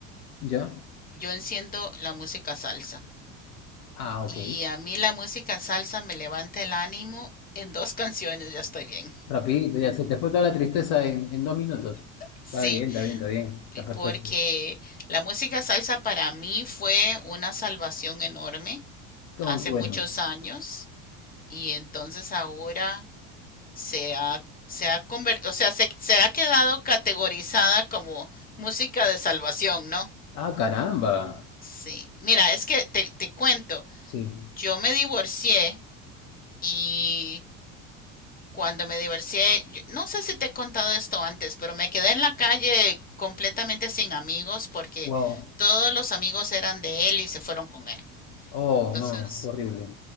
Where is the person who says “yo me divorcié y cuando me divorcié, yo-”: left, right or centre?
Left